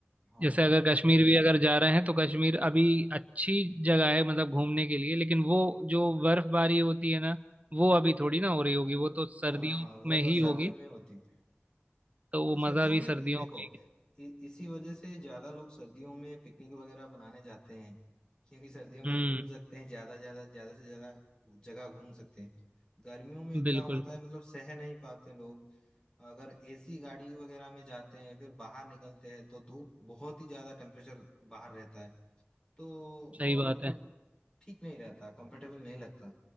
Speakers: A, on the left (about 20°); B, on the right (about 30°).
A: हाँ
B: जैसे अगर कश्मीर भी अगर जा रहे हैं तो कश्मीर अभी अच्छी जगह है मतलब घूमने के लिए लेकिन वो जो बर्फबारी होती है ना वो अभी थोड़ी ना हो रही होगी
A: वो
B: वो तो सर्दियों
A: हाँ हाँ वो
B: में
A: तो
B: ही
A: सर्दियों
B: होगी
A: में होती
B: तो वो
A: तो सर्दियों
B: मजा भी
A: में
B: सर्दियों
A: देखो
B: का ही है।
A: इ, इसी वजह से ज्यादा लोग सर्दियों में पिकनिक वगैरह बनाने जाते हैं क्योंकि सर्दियों में
B: हम्म
A: घूम सकते हैं ज्यादा ज्यादा ज्यादा से ज्यादा जगह घूम सकते हैं गर्मियों में इतना
B: बिल्कुल
A: होता है मतलब सह नहीं पाते लोग अगर एसी गाड़ी वगैरह में जाते हैं फिर बाहर निकलते हैं तो धूप बहुत ही ज्यादा टेम्परेचर बाहर रहता है तो
B: सही बात
A: अ, मतलब
B: है
A: ठीक नहीं रहता कंफर्टेबल नहीं लगता